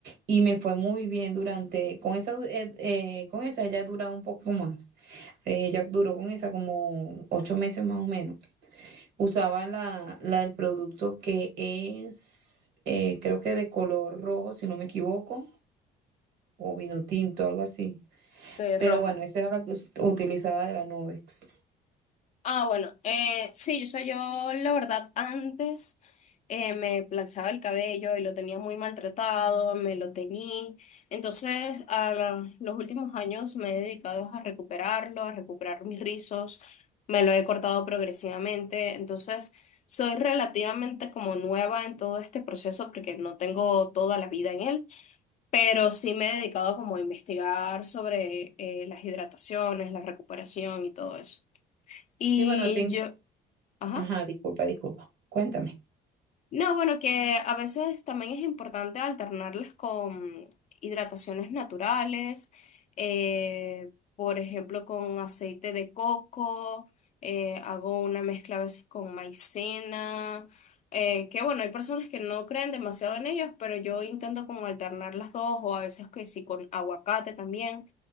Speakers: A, on the right; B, on the left.
A: y me fue muy bien durante, con esa, du- eh, eh, con esa ella dura un poco más. Eh, Ella duró con esa como ocho meses más o menos. Usaba la, la del producto que es, eh, creo que de color rojo, si no me equivoco, o vino tinto, algo así.
B: Eh,
A: Pero
B: rojo.
A: bueno, esa era la que us- utilizaba de la Nubex.
B: Ah, bueno, eh, sí, yo sé, yo la verdad antes eh, me planchaba el cabello y lo tenía muy maltratado, me lo teñí. Entonces, a la- los últimos años me he dedicado a recuperarlo, a recuperar mis rizos, me lo he cortado progresivamente. Entonces, soy relativamente como nueva en todo este proceso porque no tengo toda la vida en él, pero sí me he dedicado como a investigar sobre eh, las hidrataciones, la recuperación y todo eso. Y
A: Y bueno, tengo...
B: yo, Ajá.
A: Ajá, disculpa, disculpa. Cuéntame.
B: No, bueno, que a veces también es importante alternarlas con hidrataciones naturales, eh, por ejemplo, con aceite de coco, eh, hago una mezcla a veces con maicena, eh, que bueno, hay personas que no creen demasiado en ellos, pero yo intento como alternar las dos o a veces que sí con aguacate también,